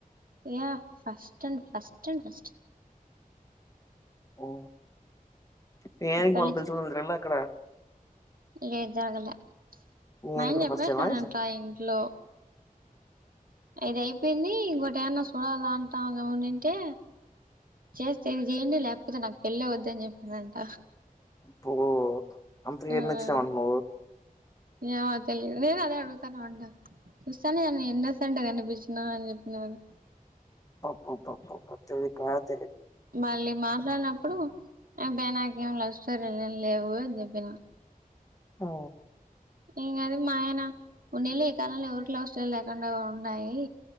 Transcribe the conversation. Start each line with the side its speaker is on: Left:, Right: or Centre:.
Right: yeah first and first and first
Left: ఓ ననికి
Right: పెళ్ళి
Left: మళ్ళ తెలుసుకుందలా అక్కడ
Right: లేదు జరగలే
Left: మీ
Right: మ
Left: ఆయన
Right: ఏం
Left: కూడా
Right: చెప్పేసానంట
Left: ఫస్ట్ టైమా అయితే
Right: ఇంట్లో ఇది అయిపోయింది ఇంకోటి ఏమన్నా చూడాలా అంటాముమంటే చేస్తే ఇది చేయండి లేకపోతే నాకు పెళ్ళి వద్ద్ద అని చెప్పానంట
Left: పో అకి ఎచ్చిన
Right: ఆ
Left: అంట మ
Right: ఏమో తెలిదు నేను అదే అడుగుతాను అంట చూస్తాను నేను ఇండోసెంంట కనిపించినా అని చెప్ప అన్నారుారు
Left: ప ప ప ప చోది కాతే
Right: మళ్ళీ మాట్లాడనప్పు ఇప్పుడు బయి నాకేం ల్స్తు లేవు అని చెప్పినా
Left: ఓ
Right: ఇంకాది మా ఆయన ఉండేళ్ి ఈ కాలంలో ఎవరికిలా స్టలు లేకుండా ఉన్నాయి